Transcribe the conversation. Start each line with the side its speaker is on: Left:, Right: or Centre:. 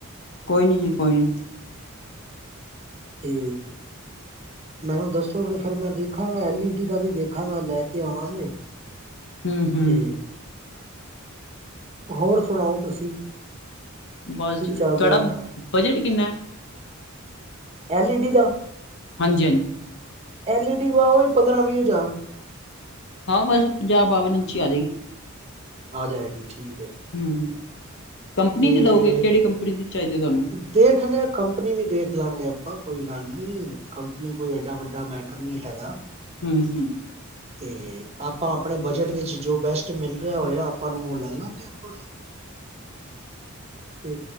Left: ਕੋਈ ਨੀ ਜੀ ਕੋਈ ਨਹੀਂ।
Right: ਤੇ ਮੈਨੂੰ ਦੱਸੋਗੇ ਫਿਰ ਮੈਂ ਦੇਖਾਂਗਾ ਐਲ ਈ ਡੀ ਦਾ ਵੀ ਦੇਖਾਂਗਾ ਲੈ ਕੇ ਆਵਾਂਗੇ।
Left: ਹਮ -ਹਮ
Right: ਤੇ ਹੋਰ ਸੁਣਾਓ, ਤੁਸੀਂ
Left: ਬਸ
Right: ਕੀ
Left: ਜੀ,
Right: ਚੱਲ
Left: ਤੁਹਾਡਾ,
Right: ਰਿਹਾ
Left: ਬਜਟ ਕਿੰਨਾ
Right: ਐਲ ਈ ਡੀ ਦਾ
Left: ਹਾਂਜੀ-ਹਾਂਜੀ।
Right: ਐਲ ਈ ਡੀ ਵਾਓਹੀ ਪੰਦਰਾਂ -ਵੀਹ ਹਜ਼ਾਰ
Left: ਹਾਂ ਬਸ ਪੰਜਾਬ -ਬਾਵਨ ਇੰਚੀ ਆ ਜਾਏਗੀ।
Right: ਆ ਜਾਏਗੀ। ਠੀਕ ਹੈ।
Left: ਹੂੰ। ਕੰਪਨੀ
Right: ਤੇ,
Left: ਦੀ ਲਓਗੇ, ਕਿਹੜੀ ਕੰਪਨੀ ਦੀ ਚਾਹੀਦੀ ਤੁਹਾਨੂੰ?
Right: ਦੇਖਦੇ ਕੰਪਨੀ ਵੀ ਦੇਖ ਲਾਂਗੇ ਆਪਾਂ ਹਾਂ, ਕੋਈ ਗੱਲ ਨੀ ਕੰਪਨੀ ਕੋਈ ਐਡਾ ਵੱਡਾ ਮੈਟਰ ਨਹੀਂ ਹੈਗਾ।
Left: ਹੂੰ-ਹੂੰ,
Right: ਤੇ ਆਪਾਂ ਆਪਣੇ ਬਜਟ ਵਿੱਚ ਜੋ ਬੈਸਟ ਮਿਲ ਕਿਆ ਹੋਇਆ ਆਪਾਂ ਨੂੰਹ ਲੈ ਲਾਂਗੇ ਆਪਾਂ ਤੇ